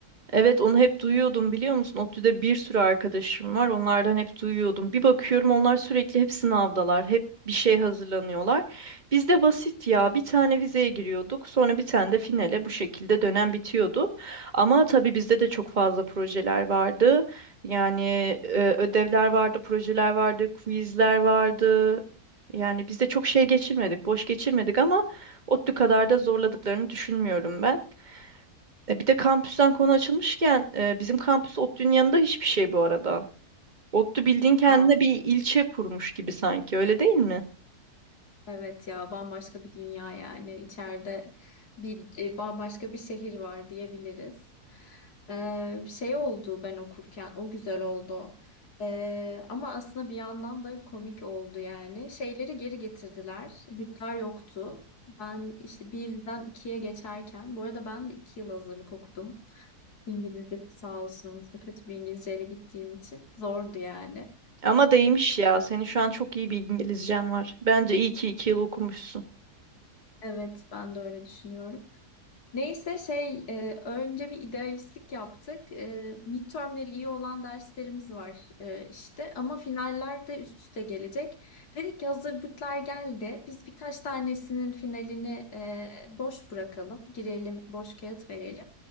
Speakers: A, on the right; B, on the left.
A: Evet onu hep duyuyordum biliyor musun? ODTÜ'de bir sürü arkadaşım var. Onlardan hep duyuyordum. Bir bakıyorum onlar sürekli hep sınavdalar. Hep bir şey hazırlanıyorlar. Bizde basit ya. Bir tane vizeye giriyorduk. Sonra bir tane de finale bu şekilde dönem bitiyordu. Ama tabii bizde de çok fazla projeler vardı. Yani e, ödevler vardı, projeler vardı, quizler vardı. Yani bizde çok şey geçirmedik, boş geçirmedik ama ODTÜ kadar da zorladıklarını düşünmüyorum ben. E, bir de kampüsten konu açılmışken e, bizim kampüs ODTÜ'nün yanında hiçbir şey bu arada. ODTÜ bildiğin kendine
B: Aa,
A: bir ilçe kurmuş gibi sanki öyle değil mi?
B: evet ya bambaşka bir dünya yani. İçeride bir e, bambaşka bir şehir var diyebiliriz. Ee, şey oldu ben okurken o güzel oldu. Ee, ama aslında bir yandan da komik oldu yani. Şeyleri geri getirdiler. Bütler yoktu. Ben işte birden ikiye geçerken bu arada ben de iki yıl hazırlık okudum. İngilizce sağ olsunuz. Kötü bir İngilizceyle gittiğim için zordu yani.
A: Ama değmiş ya. Senin şu an çok iyi bir İngilizcen var. Bence iyi ki iki yıl okumuşsun.
B: Evet, ben de öyle düşünüyorum. Neyse şey e, önce bir idealistlik yaptık. E, midtermleri iyi olan derslerimiz var e, işte ama finaller de üst üste gelecek. Dedik ki hazır bütler geldi. Biz birkaç tanesinin finalini e, boş bırakalım. Girelim boş kağıt verelim.